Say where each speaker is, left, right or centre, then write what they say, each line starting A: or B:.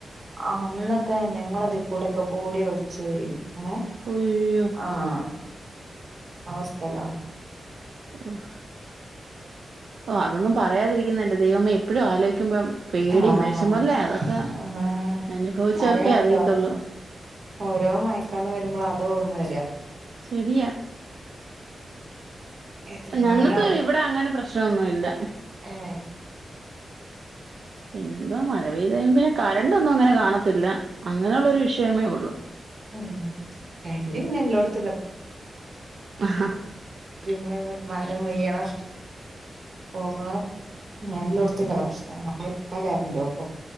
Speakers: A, on the right; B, on the right.
A: ആഹ് അന്നൊക്കെ ഞങ്ങളെതികൂടെക്കെ ബോഡി ഒൽച്ചാേയെ എങ്ങെനെ
B: ഒയ്യോ
A: ആഹ് ആ സ്ഥലാ
B: ഓഫ് ഓഹ് അതൊന്നും പറയാതിരിക്ക്ന്നാ എന്റെ ദൈവമേ ഇപ്പഴും ആലോയ്ക്കുമ്പം പേടിം
A: ആഹ്
B: വെശമാെല്ലേ അതൊക്ക
A: ആഹ്
B: അന്ഭവിച്ചവർക്കേ
A: പറയാണ്ടോ
B: അറിയത്താെള്ളൂ
A: ഓരോ മയക്കാലം വര്മ്പളും അതാ ഒർമ്മ വെരാ
B: ശെരിയാ
A: എത്രങ്ങാനും
B: ഞങ്ങക്ക് ഇവിടെ അങ്ങനെ പ്രശ് പശ്നാെന്നുവില്ലാ
A: ഏഹ്
B: പിന്നെന്താ മഴ പെയ്ത് കഴ്യ്മ്പയേ കരണ്ടൊന്നും അങ്ങെനെ കാണത്തില്ല അങ്ങെനെ ഒള്ളാെരു വിഷയമേ ഒള്ളു
A: ഉം കരണ്ട് പിന്നെ എല്ലോട്ത്ത്ള്ള
B: അഹ് ഹാ
A: രുമ്മേ മരം പെയ്യെണം പോവാ ഞാനില്ലാേര്ത്ത്ന്റെ പ്രശ്നാ <unintelligible> കര്ണ്ടാേക്കും